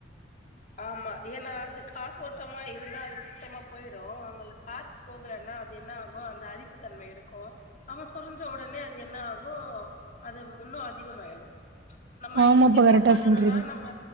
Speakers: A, on the left (about 45°); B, on the right (about 65°).
A: ஆமா ஏனா அது காத்தோட்டமா இருந்தா அது சுத்தமா போய்டு அதனால காத்து போகலனா அது அது என்ன ஆகு அந்த அரிப்புத்தன்மை எடுக்கு ஆமா சொரிஞ்ச ஒடனே அது என்ன ஆகு இப்போ அது இன்னு அதிகமாயிடு நம்ம
B: ஆமாப்பா
A: இதுக்கு என்ன
B: கரெக்டா
A: பண்ணணுனா
B: சொல்றீங்க
A: நம்ம